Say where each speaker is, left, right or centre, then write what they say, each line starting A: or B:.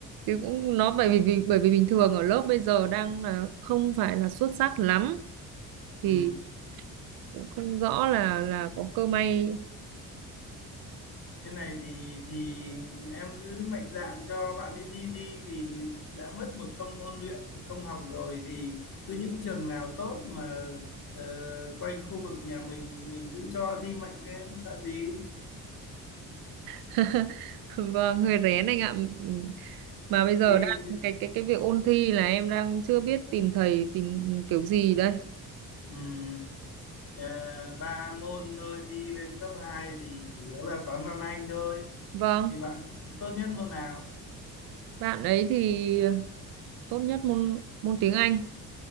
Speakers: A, on the right; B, on the left.
A: chứ cũng nó bởi vì vì- bởi vì bình thường ở lớp bây giờ đang là không phải là xuất sắc lắm thì
B: Ừ.
A: cũng không rõ là là có cơ may
B: cái này thì thì em cứ mạnh dạn cho bạn ấy thi đi vì đã mất một công ôn luyện một công học rồi thì cứ những trường nào tốt mà ờ, quanh khu vực nhà mình thì mình cứ cho thi mạnh lên sợ gì
A: <laughs> vâng hơi rén anh ạ Ừm, mà bây giờ
B: thì
A: đang cái cái cái việc ôn thi là em đang chưa biết tìm thầy tìm kiểu gì đây
B: ừm, à, ba môn thôi thi lên cấp 2 thì chủ yếu là toán văn anh thôi
A: vâng
B: thì bạn tốt nhất môn nào
A: bạn ấy thì tốt nhất môn môn tiếng Anh.